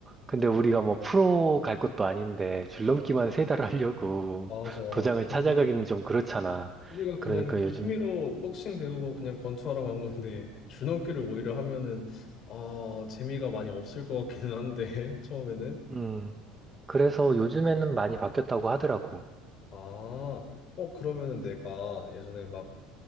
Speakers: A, on the right; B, on the left.
A: 근데 우리가 뭐 프로 갈 것도 아닌데 줄넘기만 세 달 하려고
B: 맞아.
A: <laughs> 도장을 찾아가기는
B: 아니,
A: 좀 그렇잖아.
B: 우리가 그냥
A: 그러니까
B: 취미로
A: 요즘,
B: 복싱 배우고 그냥 권투하러 간 건데, <laughs> 줄넘기를 오히려 하면은, 아, 재미가 많이 없을 것 같기는 한데, <laughs> 처음에는.
A: 음, 그래서 요즘에는 많이 바뀌었다고 하더라고.
B: 아, 어, 그러면은 내가 예전에 막,